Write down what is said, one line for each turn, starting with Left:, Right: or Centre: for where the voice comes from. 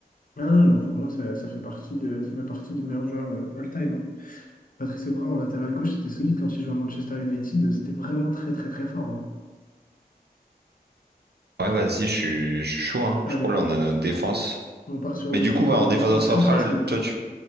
Left: Ah, ouais, non, pour moi, ça, ça fait partie de... ça fait partie des meilleurs joueurs euh, all-time. hein. Patrice Evra, en latéral gauche, c'était solide quand il jouait à Manchester United. C'était vraiment très, très, très fort. hein.
Right: Ouais, vas-y, je suis je suis chaud, hein.
Left: Allez,
Right: Je crois
Left: on...
Right: là, on a notre défense.
Left: on part sur
Right: Mais du
Left: une...
Right: coup, ouais, en
Left: une
Right: défenseur
Left: défense
Right: central,
Left: très, très solide.
Right: toi, tu,